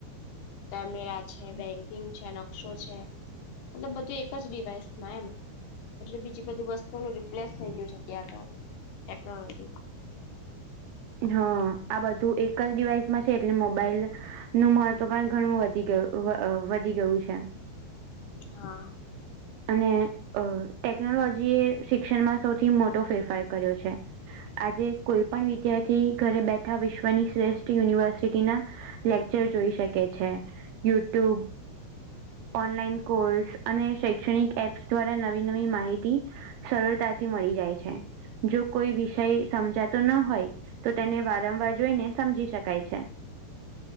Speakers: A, on the left (about 70°); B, on the right (about 80°).
A: camera છે, બેંકિંગ છે, નકશો છે. મતલબ બધું એક જ ડિવાઈસમાં એમ એટલે બીજી બધી વસ્તુઓ. લેસ થઈ ગયું છે ત્યાં તો ટેકનોલોજી.
B: હા આ બધું એક જ ડિવાઈસમાં છે એટલે મોબાઈલ. નું મહત્વ પણ ઘણું વધી ગયું વધી ગયું છે.
A: હા.
B: અને ટેકનોલોજી એ શિક્ષણમાં સૌથી મોટો ફેરફાર કર્યો છે. આજે કોઈ પણ વિદ્યાર્થી ઘરે બેઠા વિશ્વની શ્રેષ્ઠ યુનિવર્સિટીના લેક્ચર જોઈ શકે છે યુટ્યુબ. ઓનલાઈન કોર્સ અને શૈક્ષણિક એપ્સ દ્વારા નવી નવી માહિતી. સરળતાથી મળી જાય છે. જો કોઈ વિષય સમજાતો ન હોય તો તેને વારંવાર જોઈને સમજી શકાય છે.